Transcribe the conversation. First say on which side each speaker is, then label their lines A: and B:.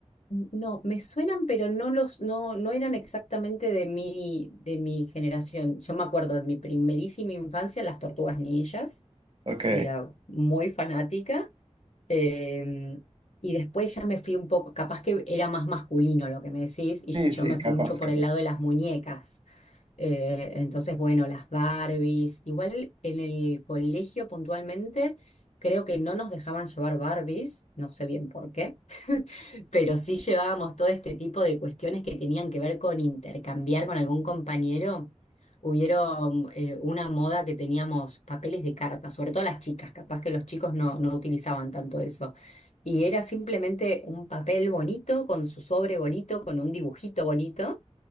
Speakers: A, on the left; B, on the right.
A: No, me suenan, pero no los, no, no eran exactamente de mi, de mi generación. Yo me acuerdo de mi primerísima infancia, las Tortugas Ninjas.
B: Ok.
A: Era muy fanática. eh, y después ya me fui un poco, capaz que era más masculino lo que me decís, y
B: Sí,
A: yo
B: sí,
A: me fui
B: capaz,
A: mucho por
B: capaz.
A: el lado de las muñecas. Eh, entonces, bueno, las Barbies. Igual en el colegio puntualmente creo que no nos dejaban llevar Barbies, no sé bien por qué, <laughs> pero sí llevábamos todo este tipo de cuestiones que tenían que ver con intercambiar con algún compañero. Hubieron eh, una moda que teníamos papeles de cartas, sobre todo las chicas, capaz que los chicos no, no utilizaban tanto eso. Y era simplemente un papel bonito, con su sobre bonito, con un dibujito bonito